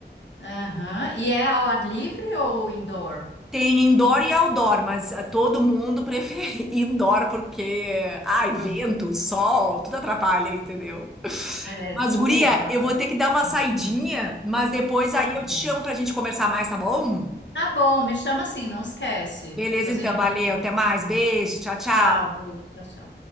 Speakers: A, on the left; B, in the centre.
A: Aham. E é ao ar livre ou indoor?
B: Tem indoor e outdoor, mas ah, todo mundo prefere <laughs> indoor porque, ai,
A: Por causa
B: vento, sol, tudo atrapalha, entendeu?
A: é,
B: Mas,
A: chuva.
B: guria, eu vou ter que dar uma
A: Hum,
B: saidinha, mas depois
A: Tá
B: aí eu
A: bom.
B: te chamo pra gente conversar mais, tá bom?
A: Tá bom, me chama assim, não esquece.
B: Beleza,
A: Depois
B: então,
A: a gente
B: valeu,
A: fala.
B: até mais, beijo, tchau, tchau.
A: Tchau, beijo, tchau, tchau.